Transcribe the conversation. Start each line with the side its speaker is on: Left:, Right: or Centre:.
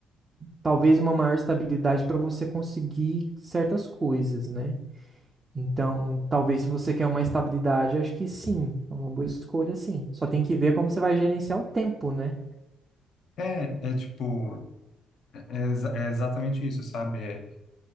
Right: talvez uma maior estabilidade para você conseguir certas coisas, né? Então, talvez se você quer uma estabilidade, acho que sim, é uma boa escolha, sim. Só tem que ver como você vai gerenciar o tempo, né?
Left: É, é tipo, É, exa- é exatamente isso, sabe? É,